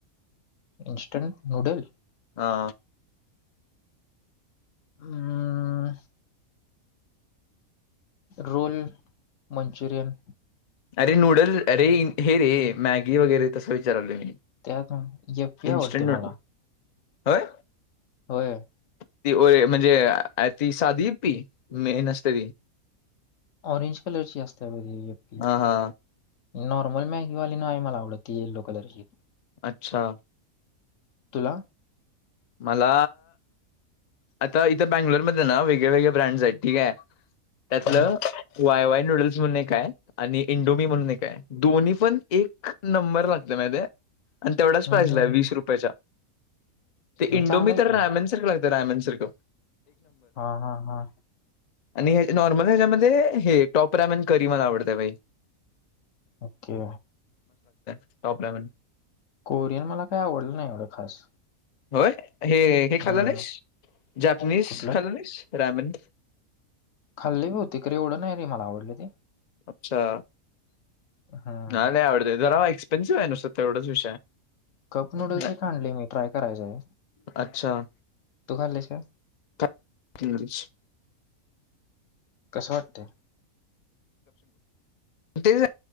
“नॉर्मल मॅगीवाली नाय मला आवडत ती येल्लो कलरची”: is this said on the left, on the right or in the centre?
Left